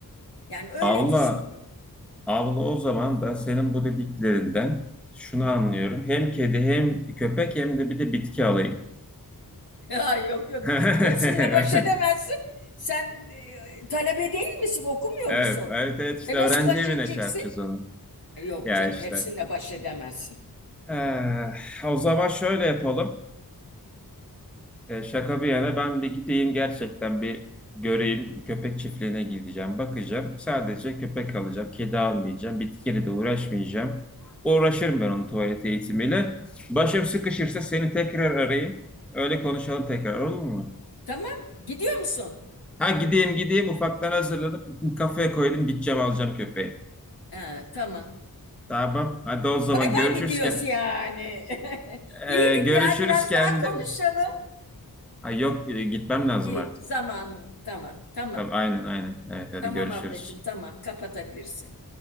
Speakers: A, on the left; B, in the centre.
A: Yani öyle
B: Allah
A: düşünüyorum. <laughs>
B: Abla o zaman ben senin bu dediklerinden şunu anlıyorum. Hem kedi hem köpek hem de bir de bitki alayım.
A: Ya yok yok.
B: <laughs>
A: Hepsinle baş edemezsin. Sen e, talebe değil misin? Okumuyor
B: Evet,
A: musun?
B: evet, evet işte
A: E
B: öğrenci
A: nasıl baş
B: evine
A: edeceksin?
B: şey yapacağız onu.
A: E, yok
B: Ya
A: canım,
B: işte.
A: hepsinle baş edemezsin.
B: Eh, o zaman şöyle yapalım. E, şaka bir yana ben bir gideyim gerçekten bir göreyim. Köpek çiftliğine gideceğim, bakacağım. Sadece köpek alacağım, kedi almayacağım, bitkiyle de uğraşmayacağım. Uğraşırım ben onun tuvalet eğitimiyle. Başım sıkışırsa seni tekrar arayayım. Öyle konuşalım tekrar olur mu?
A: Tamam, gidiyor musun?
B: Ha gideyim gideyim ufaktan hazırlanıp kafeye koydum gideceğim alacağım köpeği.
A: Ha, tamam.
B: Tamam hadi o zaman
A: Bay bay
B: görüşürsken.
A: mı diyoruz yani? <laughs>
B: E,
A: İyiydik
B: görüşürüz
A: ya, biraz
B: kendin.
A: daha konuşalım.
B: Ha yok e, gitmem lazım
A: İyi,
B: artık.
A: zamanım. Tamam, tamam.
B: Tabii, aynen aynen. Evet hadi
A: Tamam
B: görüşürüz.
A: ablacığım tamam kapatabilirsin.